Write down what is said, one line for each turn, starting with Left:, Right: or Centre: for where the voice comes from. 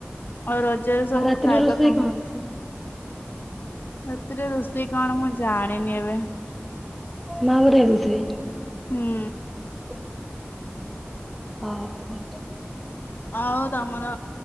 Left: ଆଉ ରଜରେ ସବୁ
Centre: ଆଉ ରାତିରେ
Left: ଖାଇବା
Centre: ରୋଷେଇ
Left: କଣ ହୋଉଛି। ରାତିରେ ରୋଷେଇ କଣ ମୁଁ ଜାଣିନି ଏବେ।
Centre: ମା ବୋଧେ ହେଉଥିବେ।
Left: ହୁଁ
Centre: ହ ହଉ
Left: ଆଉ ତମର